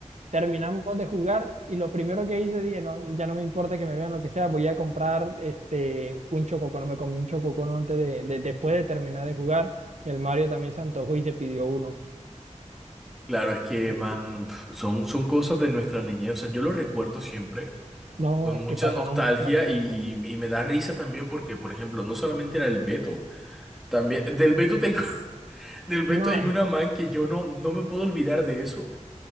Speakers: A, on the right; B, in the centre.
A: Terminamos de jugar y lo primero que hice, dije, no, ya no me importa que me vean lo que sea, voy a comprar este, un chococono. Me comí un chococono antes de, de- después de terminar de jugar. Y el Mario también se antojó y se pidió uno.
B: Claro, es que,
A: Pero
B: man,
A: sí,
B: pf, son, son cosas de nuestra niñez. O sea, yo lo recuerdo siempre
A: No,
B: con
A: es
B: mucha
A: que pasaron
B: nostalgia
A: muchas cosas.
B: y,
A: sí.
B: y- y me da risa también porque, por ejemplo, no solamente era el Beto, también del Beto tengo, <laughs> del Beto
A: No,
B: hay
A: es.
B: una, man, que yo no, no me puedo olvidar de eso.